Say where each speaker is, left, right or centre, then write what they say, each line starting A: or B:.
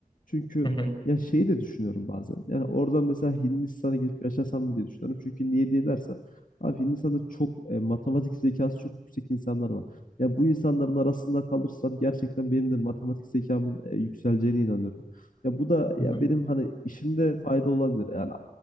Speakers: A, on the left; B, on the left.
A: Çünkü
B: Hı hı,
A: ya şeyi de düşünüyorum bazen. Yani oradan mesela Hindistan'a gidip yaşasam mı diye düşünüyorum. Çünkü niye diye dersen abi Hindistan'da çok e, matematik zekası çok yüksek insanlar var. Ya bu insanların arasında kalırsam gerçekten benim de matematik zekamın e, yükseleceğine inanıyorum. Ya bu da
B: hı
A: ya
B: hı,
A: benim hani işimde fayda olabilir. Yani